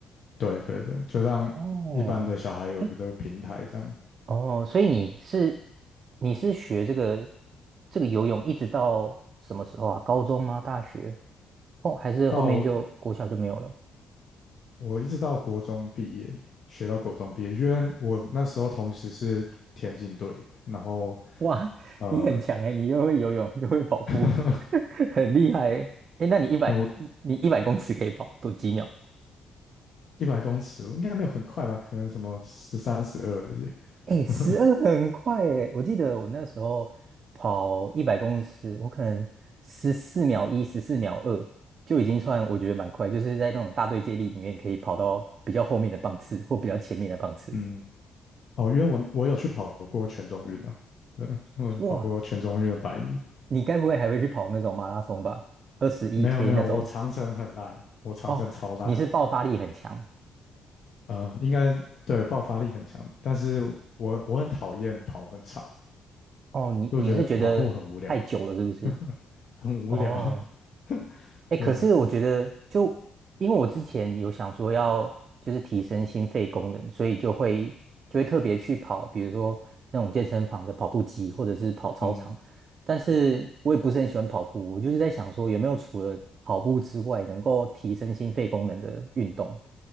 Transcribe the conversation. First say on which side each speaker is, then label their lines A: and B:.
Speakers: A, on the left; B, on the right.
A: 对对对，就让一般的小孩有一个平台这样。
B: 哦，诶，哦，所以你是你是学这个这个游泳一直到什么时候啊？高中吗？大学？哦，还是后面就国小就没有了？
A: 到我一直到国中毕业，学到国中毕业，因为我那时候同时是田径队的，然后
B: 哇，<laughs>
A: 呃，
B: 你很强诶，你又会游泳又会跑步，
A: <laughs>
B: <laughs> 很厉害诶。诶，那你一百你一百公尺可以跑多几秒？
A: 没有一百公尺，应该没有很快吧，可能什么十三、十二而已。
B: 哎，
A: <laughs>
B: 十二很快哎！我记得我那时候跑一百公尺，我可能十四秒一、十四秒二就已经算我觉得蛮快，就是在那种大队接力里面可以跑到比较后面的棒次或比较前面的棒次。
A: 嗯，哦，因为我我有去跑过全中运啊，对，我有去跑过全中运的百米。
B: 哇，你该不会还会去跑那种马拉松吧？二十一
A: 没有没有，
B: K 那种？
A: 我长程很烂，我长程超烂的。
B: 哦，你是爆发力很强
A: 呃，应该对爆发力很强，但是我我很讨厌跑很长，
B: 哦，你你是觉得太久了是不是？
A: 就觉得跑步很无聊，<laughs> 很无聊。
B: 哦，
A: <laughs>
B: 哎，
A: 对，
B: 可是我觉得就，因为我之前有想说要就是提升心肺功能，所以就会就会特别去跑，比如说那种健身房的跑步机，或者是跑操场。
A: 嗯，
B: 但是我也不是很喜欢跑步，我就是在想说有没有除了跑步之外，能够提升心肺功能的运动，